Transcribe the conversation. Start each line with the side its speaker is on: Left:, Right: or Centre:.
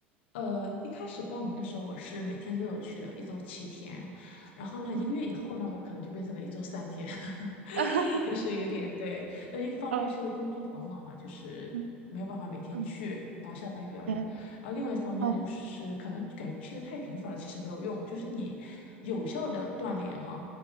Left: 呃，一开始报名的时候，我是每天都有去的，一周七天。然后呢，
Right: 嗯，
Left: 一个月以后呢，我可能就变成了一周三天，<laughs>
Right: <laughs>
Left: 就是有点对。那一个方面是因为工作繁忙嘛，
Right: 呃，
Left: 就是没有办法每天去，
Right: 嗯嗯，
Left: 然后下班也比较累。
Right: 对，
Left: 然后另外一方面就是可能感觉去的太频繁了，
Right: 哦，
Left: 其实没有用。就是你有效的锻炼哈，
Right: 嗯